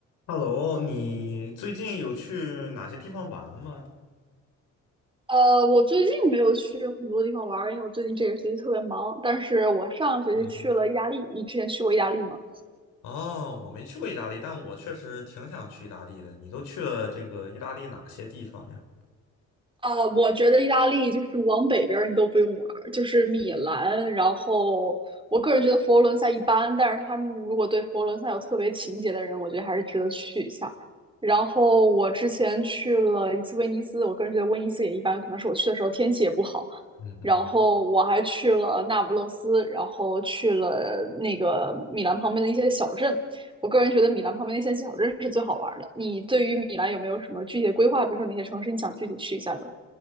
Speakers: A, on the left (about 85°); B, on the right (about 15°).
A: Hello，你最近有去哪些地方玩吗？
B: 呃，我最近没有去很多地方玩儿，因为我最近这个学期特别忙。但是我上个学期去了意大利。
A: 嗯哼，
B: 你之前去过意大利吗？
A: 哦，我没去过意大利，但我确实挺想去意大利的。你都去了这个意大利哪些地方呀？
B: 啊，我觉得意大利就是往北边儿你都不用玩儿，就是米兰。然后我个人觉得佛罗伦萨一般，但是他们如果对佛罗伦萨有特别情节的人，我觉得还是值得去一下。然后我之前去了一次威尼斯，我个人觉得威尼斯也一般，可能是我去的时候天气也不好。
A: 嗯哼。
B: 然后我还去了那不勒斯，然后去了那个米兰旁边的一些小镇。我个人觉得米兰旁边的一些小镇是最好玩儿的。你对于米兰有没有什么具体的规划？比如说哪些城市你想具体去一下的？